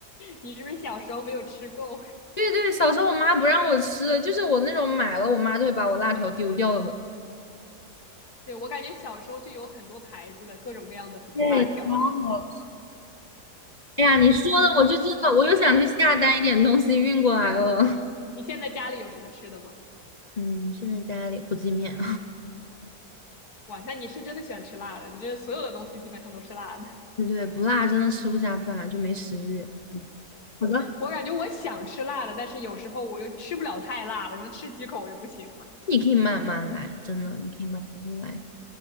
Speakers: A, on the left (about 65°); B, on the left (about 35°).
A: 你是不是小时候没有吃够？
B: 对对，小时候我妈不让我吃，就是我那种买了，我妈都会把我辣条丢掉的。
A: 对，我感觉小时候就有很多牌子的各种各样的辣条。
B: 对，超好吃。哎呀，你说的我就真的，我又想去下单一点东西运过来了。<laughs>
A: 你现在家里有什么吃的吗？
B: 嗯，现在家里火鸡面，
A: 哇，那你是真的喜欢吃辣的，你这所有的东西基本上都是辣的。
B: <laughs> 对对，不辣真的吃不下饭，就没食欲。好的，
A: 我感觉我想吃辣的，但是有时候我又吃不了太辣了，然后吃几口我就不行了。
B: 你可以慢慢来，真的，你可以慢慢来。